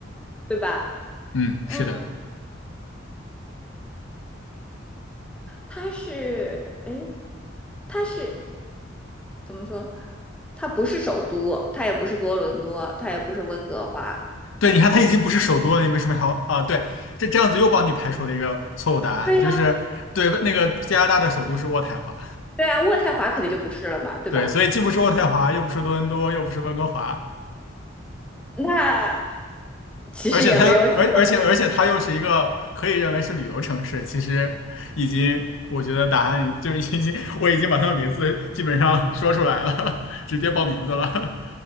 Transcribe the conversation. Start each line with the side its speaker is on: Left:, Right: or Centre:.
Centre: 对吧？
Left: 嗯，
Centre: 嗯，
Left: 是的，
Centre: 它是，诶，它是。怎么说？它不是首都，它也不是多伦多，它也不是温哥华。
Left: 对，你看它已经不是首都了，你为什么还要啊？对，这这样子又帮你排除了一个错误答案，
Centre: 对呀、
Left: 就是对，
Centre: 啊
Left: 那个加拿大的首都是渥太华，
Centre: 对呀、啊渥太华肯定就不是了嘛，对吧？
Left: 对，所以既不是渥太华，又不是多伦多，又不是温哥华，
Centre: 那其实也没有几个，
Left: 而且它，而而且而且它又是一个可以认为是旅游城市，其实已经，我觉得答案就已经，我已经把它的名字基本上说出来了，<laughs> 直接报名字了。